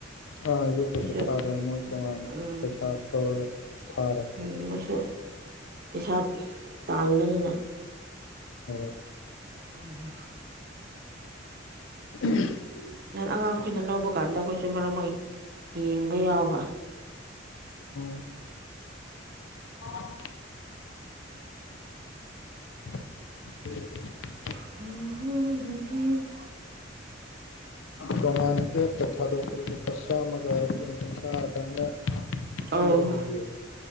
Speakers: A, on the left; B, on the right.
A: ꯑꯥ ꯌꯨꯇꯨꯕꯇ
B: ꯃꯣꯏꯁꯨ
A: ꯊꯥꯗꯣꯏꯅꯤ ꯃꯣꯏ ꯇꯣꯉꯥꯟꯅ
B: ꯎꯝ
A: ꯄꯩꯁꯥ ꯇꯧꯔꯒ ꯊꯥꯔꯦ
B: ꯎꯝ ꯃꯣꯏꯁꯨ ꯄꯩꯁꯥ ꯇꯥꯟꯕꯅꯤꯅ
A: ꯍꯣꯏ
B: ꯎꯝ
A: <inaudible>
B: ꯑꯉꯥꯡꯈꯣꯏꯅ ꯂꯧꯕ ꯀꯥꯟꯗ ꯑꯩꯈꯣꯏꯁꯨ ꯃꯔꯛ ꯃꯔꯛ ꯌꯦꯡꯕ ꯌꯥꯎꯕ
A: ꯎꯝ ꯑꯣ <inaudible>
B: <inaudible>
A: ꯇꯣꯉꯥꯟꯅ ꯑꯦꯞꯇ ꯊꯥꯗꯣꯛꯄꯗꯨꯗꯤ ꯑꯁ ꯆꯥꯝꯃꯒ ꯀꯨꯟꯊ꯭ꯔꯥ ꯑꯗꯨꯃꯥꯏꯅ
B: ꯑꯧ
A: ꯊꯤꯔꯒ ꯌꯦ